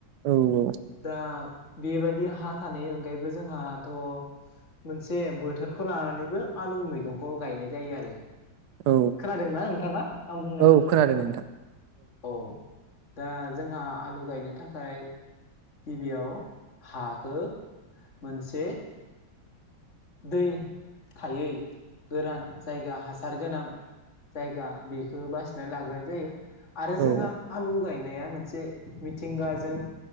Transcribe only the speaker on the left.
दा बेबायादि हा थानायनि अनगायैबो जोंहाथ' मोनसे बोथोरखौ लानानैबो आलु मैगंखौ गायनाय जायो आरो
खोनादोंना नोंथाङा आं बुंनाय
बाथ्राफोरखौ
औ दा जोंहा आलु गायनो थाखाय गिबियाव हाखौ मोनसे दै थायै गोरान जायगा हासार गोनां जायगा बेखौ बासिनानै लाग्रोनाय जायो आरो जोंहा
आलु गायब नेआ मोनसे मिथिंगाजों